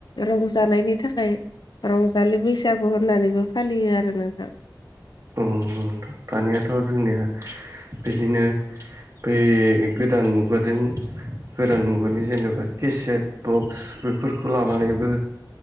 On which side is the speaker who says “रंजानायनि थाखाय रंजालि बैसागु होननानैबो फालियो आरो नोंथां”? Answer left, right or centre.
Left